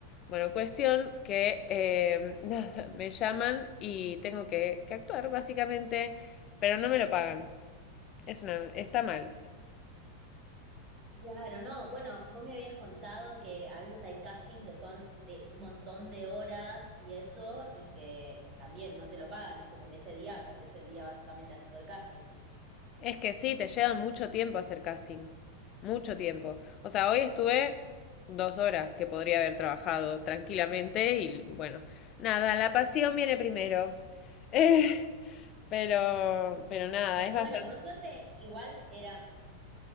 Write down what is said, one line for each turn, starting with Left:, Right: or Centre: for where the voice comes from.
Left: Bueno, cuestión que eh, <laughs> nada, me llaman y tengo que, que actuar, básicamente, pero no me lo pagan. Es una, está mal.
Right: Claro, no, bueno, vos me habías contado que a veces hay casting que son de un montón de horas y eso, y que también no te lo pagan, es como que ese día perdés el día básicamente haciendo el casting.
Left: Es que sí, te lleva mucho tiempo hacer castings. Mucho tiempo. O sea, hoy estuve dos horas que podría haber trabajado tranquilamente y bueno, nada, la pasión viene primero. Eh, pero, pero nada, es
Right: Bueno,
Left: bastante.
Right: por suerte, igual eran,